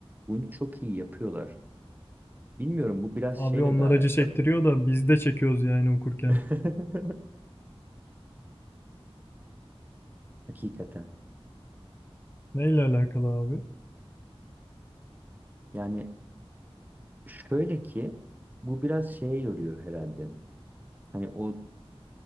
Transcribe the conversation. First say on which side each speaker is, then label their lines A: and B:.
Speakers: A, on the right (about 15°); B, on the left (about 25°).
A: Bunu çok iyi yapıyorlar. Bilmiyorum bu biraz
B: Abi
A: şeyle
B: onlar
A: de alakalı.
B: acı çektiriyor da biz de çekiyoruz yani okurken.
A: <laughs> Hakikaten.
B: Neyle alakalı abi?
A: Yani şöyle ki bu biraz şeye yoruyor herhalde. Hani o